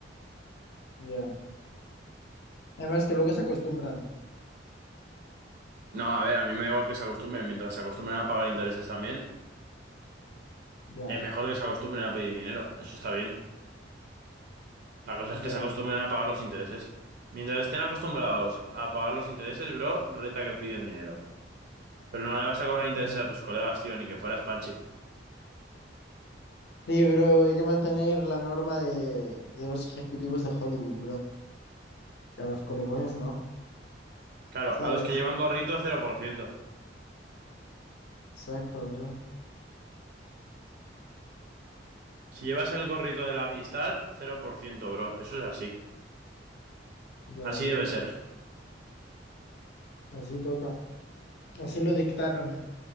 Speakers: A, on the left (about 60°); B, on the right (about 60°).
A: Ya. Además que luego se acostumbran.
B: No, a ver, a mí me da igual que se acostumbren. Mientras se acostumbren a pagar intereses también,
A: Ya,
B: es mejor que se acostumbren a pedir dinero. Eso está bien. La cosa es
A: ya,
B: que se acostumbren a pagar los intereses. Mientras estén acostumbrados a pagar los intereses, bro, renta que piden dinero. Pero no le vas a cobrar intereses
A: ya.
B: a tus colegas, tío, ni que fueras Panchi.
A: Sí, bro, hay que mantener la norma de, de los ejecutivos de Hollywood, bro. Y A los colegones, ¿no?
B: Claro,
A: ¿Sabes?
B: a los que llevan gorrito, cero por ciento.
A: Exacto, bro.
B: Si llevas el gorrito de la amistad, cero por ciento, bro. Eso es así.
A: Ya
B: Así
A: ves,
B: debe
A: bro.
B: ser.
A: Así toca. Así lo dictaron